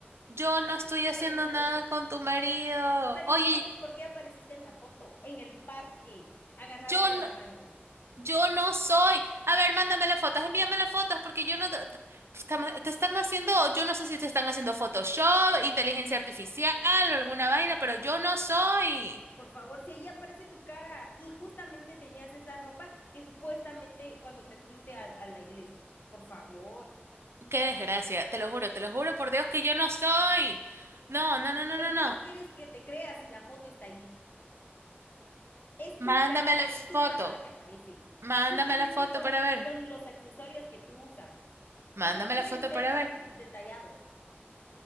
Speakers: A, on the right; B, on the left.
A: yo no
B: Acéptalo
A: estoy haciendo
B: de una
A: nada
B: vez.
A: con tu marido.
B: Pero
A: Oye,
B: ¿y entonces por qué apareciste en la foto, en el parque, agarrados
A: yo
B: de
A: no,
B: la mano?
A: Yo no soy. A ver, mándame las fotos, envíame las fotos, porque yo no... Te, pues, cama- te están haciendo, yo no sé si te están haciendo Photoshop, inteligencia artificial o alguna vaina, pero yo no soy.
B: Por favor, si ahí aparece tu cara y justamente tenías esa ropa que supuestamente cuando te fuiste a, a la iglesia. Por favor.
A: Qué desgracia, te lo juro, te lo juro por Dios que yo no soy. No, no, no, no,
B: Pero
A: no,
B: ¿y
A: no.
B: cómo quieres que te creas si la foto está ahí? Es
A: Mándame
B: tu cara,
A: la
B: es
A: foto,
B: tu mano la que aparece.
A: mándame
B: Justamente
A: la foto
B: con,
A: para ver,
B: con los accesorios que tú usas.
A: mándame
B: ¿Cómo pueden
A: la foto
B: ser
A: para
B: tan
A: ver.
B: detallados?